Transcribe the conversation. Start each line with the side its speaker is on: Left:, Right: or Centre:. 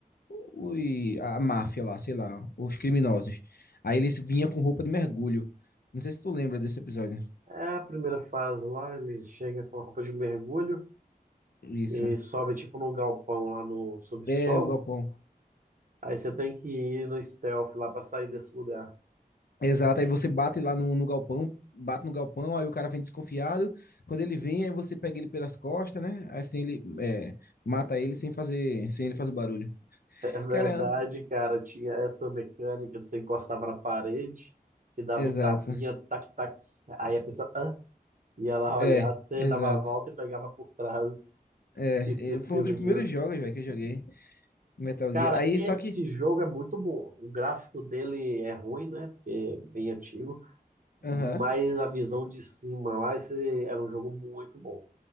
Left: os a máfia lá, sei lá, os criminosos. Aí ele se- vinha com roupa de mergulho. Não sei se tu lembra desse episódio.
Right: É a primeira fase lá, ele chega com a roupa de mergulho
Left: Isso.
Right: e sobe tipo num galpão lá no subsolo.
Left: É, o galpão.
Right: Aí você tem que ir no stealth lá pra sair desse lugar. <laughs>
Left: Exato, aí você bate lá no, no galpão, bate no galpão, aí o cara vem desconfiado. Quando ele vem, aí você pega ele pelas costas, né? Aí Assim ele é, mata ele sem fazer, sem ele fazer barulho.
Right: É verdade,
Left: Cara, an-
Right: cara, tinha essa mecânica de você encostava na parede e dava
Left: exato.
Right: um tapinha, tac, tac. Aí a pessoa Hã? ia lá
Left: É,
Right: olhar, você
Left: exato.
Right: dava a volta e pegava por trás.
Left: É,
Right: Tinha esquecido
Left: é, foi um dos primeiros
Right: disso.
Left: jogos, velho, que eu joguei Metal
Right: Cara,
Left: Gear. Aí,
Right: esse
Left: só que,
Right: jogo é muito bom. O gráfico dele é ruim, né? Porque é bem antigo. Mas
Left: aham.
Right: a visão de cima lá, esse era um jogo muito bom.